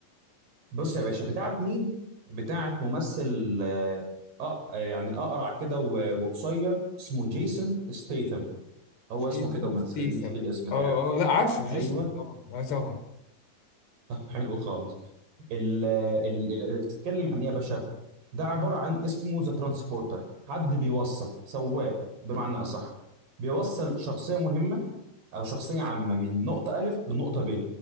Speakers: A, on the right; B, on the left.
A: بص يا باشا بتاعت مين؟ بتاعت ممثل آه آه، يعني اقرع كده و- وقصير اسمه جيسون ستيثم هو
B: جيسون
A: اسمه كده وما
B: ستيسم
A: تسألنيش ايه الاسم ده
B: اه
A: يعني
B: اه لا عارفه جيسون
A: ايوه
B: طبعا اه طبعا
A: <laughs> طب حلو خالص ال ال بتتكلم عن ايه يا باشا؟ ده عبارة عن اسمه ذا ترانسبورتر حد بيوصل سواق بمعنى اصح بيوصل شخصية مهمة او شخصيه عامه من نقطه الف لنقطه ب